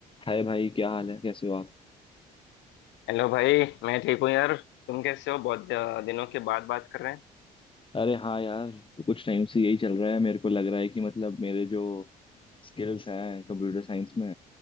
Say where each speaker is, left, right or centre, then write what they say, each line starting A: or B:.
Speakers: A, on the left; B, on the left.
A: हाय भाई क्या हाल है कैसे हो आप
B: Hello भाई मैं ठीक हूँ यार तुम कैसे हो बहुत द- दिनों के बाद बात कर रहे हैं
A: अरे हाँ यार कुछ टाइम से यही चल रहा है मेरे को लग रहा है कि मतलब मेरे जो स्किल्स हैं कंप्यूटर साइंस में